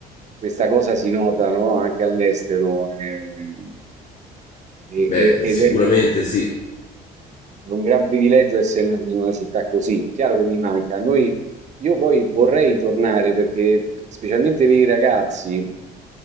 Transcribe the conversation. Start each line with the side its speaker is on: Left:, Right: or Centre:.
Right: Questa cosa si nota, no, anche all'estero, ehm, e-
Left: Beh,
Right: e- ed
Left: sicuramente
Right: è un,
Left: sì,
Right: un gran privilegio essere nati in una città così. Chiaro che mi manca. Noi, io poi vorrei tornare perché, specialmente per i ragazzi,